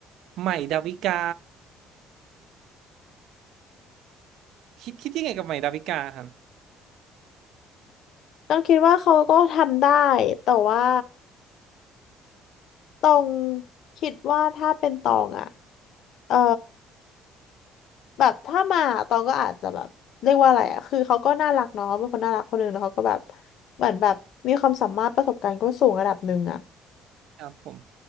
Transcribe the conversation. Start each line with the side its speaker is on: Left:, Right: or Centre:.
Right: ใหม่ดาวิกาคิดคิดยังไงกับใหม่ดาวิกาครับ
Left: ต้องคิดว่าเขาก็ทำได้แต่ว่าตองคิดว่าถ้าเป็นตองอ่ะเออแบบถ้ามาตองก็อาจจะแบบเรียกว่าอะไรอ่ะคือเขาก็น่ารักเนาะเป็นคนน่ารักคนหนึ่งแล้วเขาก็แบบเหมือนแบบมีความสามารถประสบการณ์ก็สูงระดับหนึ่งอ่ะ
Right: ครับผม